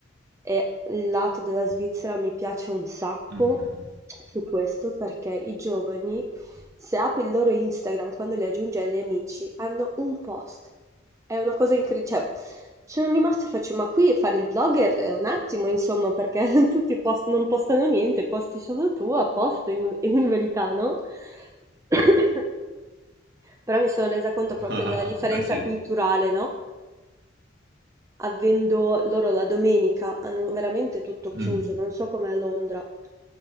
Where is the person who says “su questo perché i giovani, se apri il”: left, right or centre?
Right